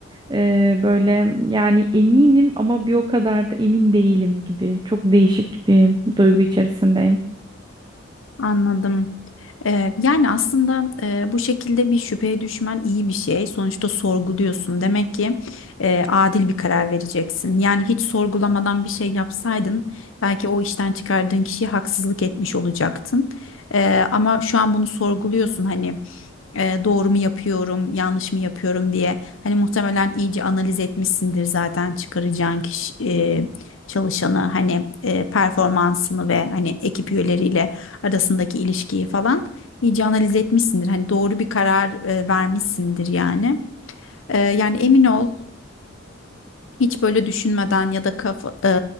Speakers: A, on the right; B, on the left.
A: E, böyle yani eminim ama bir o kadar da emin değilim gibi çok değişik bir duygu içerisindeyim.
B: Anladım. Ee, yani aslında e, bu şekilde bir şüpheye düşmen iyi bir şey. Sonuçta sorguluyorsun. Demek ki e, adil bir karar vereceksin. Yani hiç sorgulamadan bir şey yapsaydın belki o işten çıkardığın kişiye haksızlık etmiş olacaktın. Ee, ama şu an bunu sorguluyorsun hani e, doğru mu yapıyorum, yanlış mı yapıyorum diye. Hani muhtemelen iyice analiz etmişsindir zaten çıkaracağın kişi, e, çalışanı hani e, performansını ve hani ekip üyeleriyle arasındaki ilişkiyi falan iyice analiz etmişsindir. Hani doğru bir karar e, vermişsindir yani. E, yani emin ol hiç böyle düşünmeden ya da kafa, e,